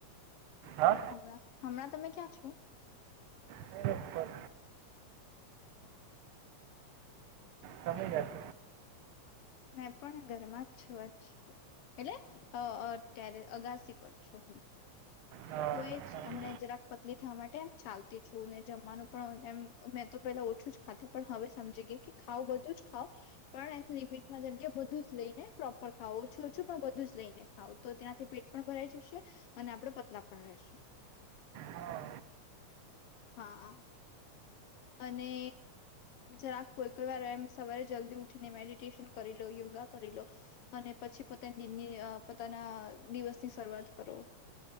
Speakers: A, on the right (about 75°); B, on the left (about 75°).
A: હા
B: હ હમણાં તમે ક્યાં છો.
A: ટેરેસ પર તમે જશે
B: મેં પણ ઘરમાં જ છું એટલેત્યારે અગાસી પર છું હું.
A: હા
B: તો એ જ
A: સારું.
B: હમણા જરાક પતલી થવા માટે એમ ચાલતી છું ને જમવાનું પણ એમ મેં તો પેલા ઓછું જ ખાતી પણ હવે સમજી ગઈ કે ખાવ બધું જ ખાાવ પણ એમ લિમિટમાં જેમ કે બધું જ લઈને પ્રોપર ખાવ ઓછું ઓછું પણ બધું જ લઈને ખાવ તો તેનાથી પેટ પણ ભરાઈ જશે અને આપડે પતલા પણ રેશુ
A: હા
B: હા અને જરા કોઈ કોઈ વાર એમ સવારે જલ્દી ઉઠીને મેડિટેશન કરી લો યોગા કરી લો અને પછી પોતાની દિનની પોતાના દિવસની શરૂઆત કરો